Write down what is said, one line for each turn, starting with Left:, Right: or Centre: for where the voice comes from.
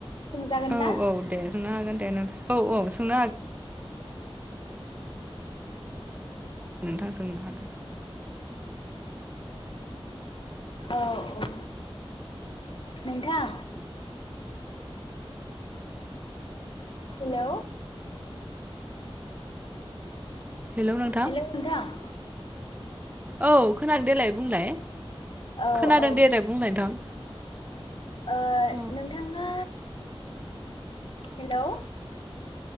Left: सोंजागोन
Right: औ
Left: ना
Right: औ दे सोंनो हागोन दे नों औ औ सोंनो हागोन। नोंथां सोंनो हागोन।
Left: औ औ नोंथां हेल'
Right: हेलौ नोंथां
Left: हेल' नोंथां।
Right: औ खोनादों देलाय बुंलाय
Left: औ
Right: खोनादों
Left: औ ओ
Right: देलाय बुंलाय नोंथां।
Left: ओ
Right: औ
Left: नोंथाङा हेलौ